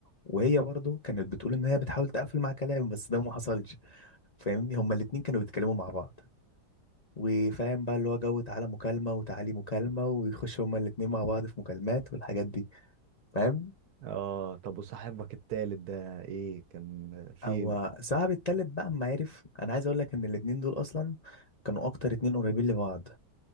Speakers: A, on the left (about 35°); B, on the right (about 70°).
A: وهي برضو كانت بتقول ان هي بتحاول تقفل مع كلام بس ده ما حصلش فاهمني هما الاتنين كانوا بيتكلموا مع بعض وفاهم بقى اللي هو جو تعالى مكالمة وتعالي مكالمة ويخشوا هما الاتنين مع بعض في مكالمات والحاجات دي فاهم
B: اه طب وصاحبك التالت ده ايه كان فين
A: هو صاحب التالت بقى اما عرف انا عايز اقول لك ان الاتنين دول اصلا كانوا اكتر اتنين قريبين لبعض